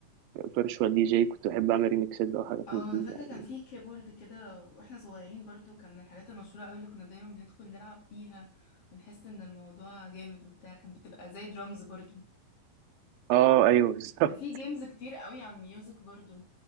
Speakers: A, on the right; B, on the left.
A: فيرتشوال دي جي كنت بحب اعمل ريميكسات بقى وحاجات
B: اه
A: من
B: انا
A: دي
B: فاكره
A: يعني.
B: كان في كيبورد كده واحنا صغيرين برضو كان من الحاجات المشهوره قوي اللي كنا دايما بندخل نلعب بيها بنحس ان الموضوع جامد وبتاع كان بتبقى زي درامز برضو
A: اه ايوه بالظبط
B: كان في جيمز كتير قوي عن ميوزك برضو